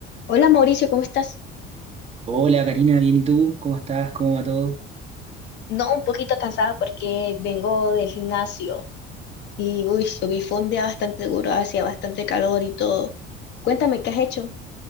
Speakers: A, on the left (about 55°); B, on the right (about 30°).
A: Hola Mauricio, ¿cómo estás?
B: Hola Karina, bien, ¿y tú? ¿Cómo estás? ¿Cómo va todo?
A: No, un poquito cansada porque vengo del gimnasio y uy, subí fue un día bastante duro, hacía bastante calor y todo. Cuéntame, ¿qué has hecho?